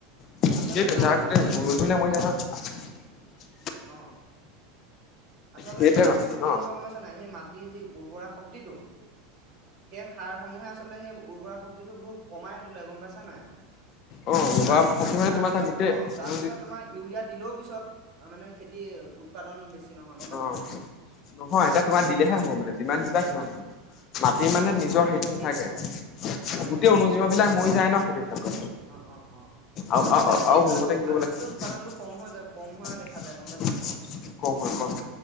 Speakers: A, on the left; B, on the right.
A: <unintelligible>
B: আচলতে তাৰপিছত অহ। আচলতে
A: সেইটোৱে
B: তাৰ
A: কথাটো
B: পিছত কি
A: ন
B: হব গম পাইছা নে নাই সেই মাটিৰ যি উৰ্বৰা শক্তিটো সেই সাৰসমূহে আচলতে সেই উৰ্বৰা শক্তিটো বহুত কমাই তোলে গম পাইছা নাই।
A: অ
B: তাৰপিছত-তাৰপিছত
A: বা মানে তোমাৰ তাৰ গোটেই
B: অ তাৰপিছত
A: অনুজীৱ
B: তোমাৰ ইউৰিয়া দিলেও পিছত মানে খেতি উৎপাদন বেছি নহয় গম পাইছা
A: অ
B: নাই
A: নহয় এতিয়া তোমাৰ
B: অ
A: দিলেহে হ'ব মানে যিমান দিবা সিমান। মাটিৰ মানে
B: অ
A: নিজৰ
B: সেই
A: সেইটো নাথাকে
B: সেইটোৱে মানে নাথাকে
A: গোটেই
B: নাথাকে
A: অনুজীৱ
B: হয়
A: বিলাক মৰি যায় ন সেইটো ভাগ
B: অ অ অ
A: আৰু
B: আচলতে সেই
A: আৰু মোৰ
B: আগত
A: মতে কি কৰিব
B: আগতকৈ
A: লাগে
B: উৎপাদনটো কম হৈ যায় কম হোৱা দেখা যায় গম পাইছা নাই
A: কম হয় কম।